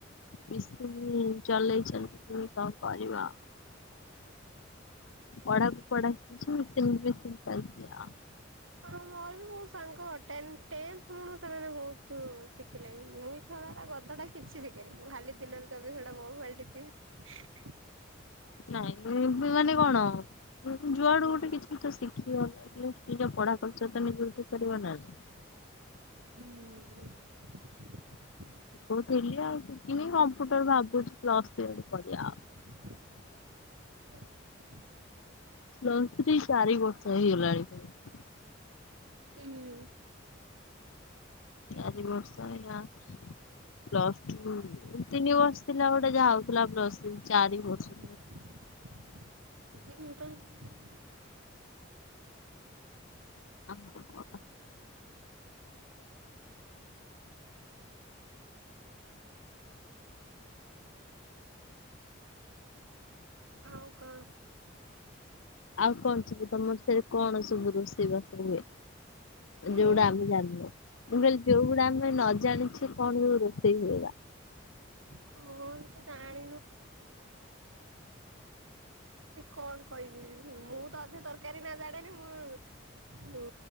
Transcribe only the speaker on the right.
ହଁ ମୋର ବି ବହୁତ ସାଙ୍ଗ ଟେନ୍ ଟେନ୍ଥ୍ ବେଳୁ ସେମାନେ ବହୁତ ଶିଖିଲେଣି ମୁଁ <inaudible> <inaudible> ଗଧଟା କିଛି ଶିଖିନି। ମୁଁ ଖାଲି ଦିନରେ ଚବିଶ ଘଣ୍ଟା ମୋବାଇଲ ଟିପିବି।
ଆଛା ହୁଁ ହୁଁ।
ହ
ହୁଁ।
<inaudible>
ଆଉ କଣ?
ହୁଁ
ହଉ ତୁ ଜାଣେ। କଣ କହିବି ମୁଁ ତ ଅଧେ ତରକାରୀ ନାଁଆ ଜାଣିନି ମୁଁ